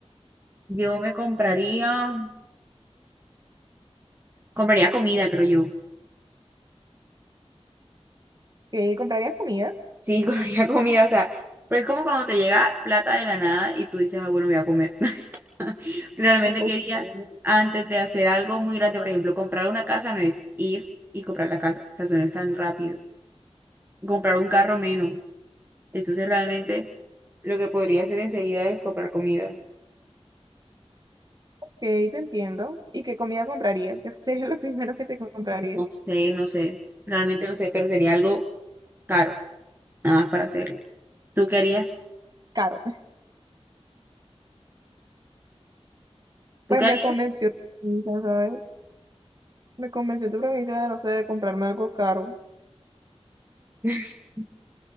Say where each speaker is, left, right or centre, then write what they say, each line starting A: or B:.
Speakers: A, on the right (about 20°); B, on the right (about 35°).
A: Yo me compraría, compraría comida, creo yo.
B: ¿Qué comprarías comida?
A: Sí, <laughs> compraría comida, o sea, pero es como cuando te llega plata de la nada y tú dices, ah, bueno, voy a comer. <laughs> Realmente
B: Ok,
A: quería,
B: ok,
A: antes de hacer algo muy grande, por ejemplo, comprar una casa no es ir y comprar la casa, o sea, eso no es tan rápido. Comprar un carro menos. Entonces, realmente, lo que podría hacer enseguida es comprar comida.
B: te entiendo. ¿Y qué comida comprarías? ¿Qué <laughs> sería lo primero que te comprarías?
A: No sé, no sé, realmente no sé, pero sería algo caro, nada más para hacerlo. ¿Tú qué harías?
B: Caro. <laughs>
A: ¿Tú
B: Pues
A: qué
B: me
A: harías?
B: convenció tu premisa, ¿sabes? Me convenció tu premisa de, no sé, de comprarme algo caro.
A: <laughs>